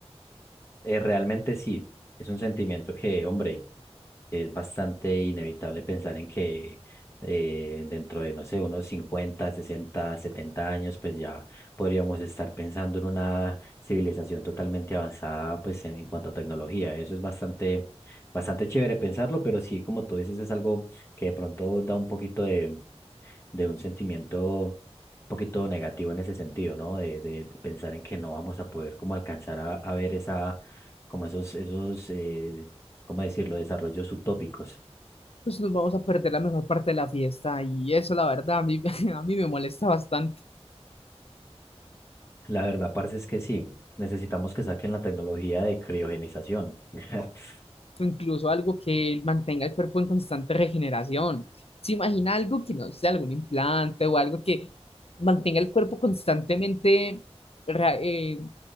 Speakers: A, on the left (about 25°); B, on the left (about 65°).
A: Eh, realmente sí, es un sentimiento que, hombre, es bastante inevitable pensar en que eh, dentro de, no sé, unos 50 60 70 años, pues ya podríamos estar pensando en una civilización totalmente avanzada, pues en, en cuanto a tecnología. Eso es bastante, bastante chévere pensarlo, pero sí, como tú dices, es algo que de pronto da un poquito de de un sentimiento un poquito negativo en ese sentido, ¿no? De, de, de pensar en que no vamos a poder como alcanzar a, a ver esa, como esos, esos, eh, ¿cómo decirlo? Desarrollos utópicos.
B: Pues nos vamos a perder la mejor parte de la fiesta y eso, la verdad, a mí, <laughs> a mí me molesta bastante.
A: La verdad, parce, es que sí, necesitamos que saquen la tecnología de criogenización. <laughs>
B: o incluso algo que mantenga el cuerpo en constante regeneración. ¿Se imagina algo que no sea algún implante o algo que mantenga el cuerpo constantemente ra- eh,